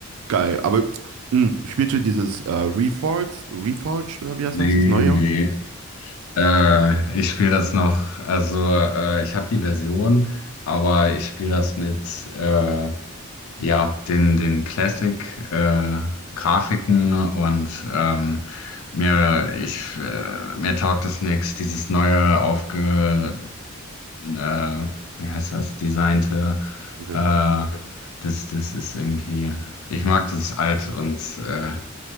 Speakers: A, on the right; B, on the left.
A: Geil, aber mh, spielst du dieses äh, Reforged, Reforged oder wie das
B: Nee,
A: heißt, das neue?
B: nee. Äh, ich spiele das noch, also äh, ich habe die Version, aber ich spiele das mit äh, Ja, den, den Classic, äh, Grafiken und ähm, mir, ich, äh, mir taugt es nix, dieses neue aufge, äh, wie heißt das, designte,
A: Okay.
B: äh, das, das ist irgendwie, ich mag das alt und äh,